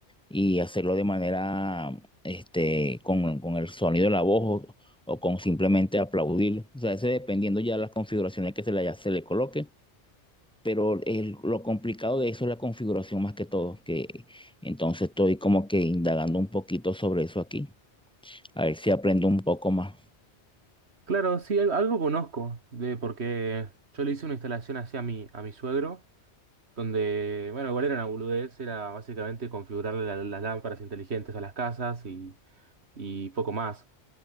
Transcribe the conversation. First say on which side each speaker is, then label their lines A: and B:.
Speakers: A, in the centre; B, on the right.
A: y hacerlo de manera, este, con, con el sonido de la voz o, o con simplemente aplaudir. O sea, eso dependiendo ya las configuraciones que se le, se le coloque. Pero el- lo complicado de eso es la configuración más que todo, que entonces estoy como que indagando un poquito sobre eso aquí, a ver si aprendo un poco más.
B: Claro, sí, al- algo conozco de porque yo le hice una instalación así a mi, a mi suegro. donde, bueno, igual era una boludez, era básicamente configurarle la- las lámparas inteligentes a las casas y, y poco más.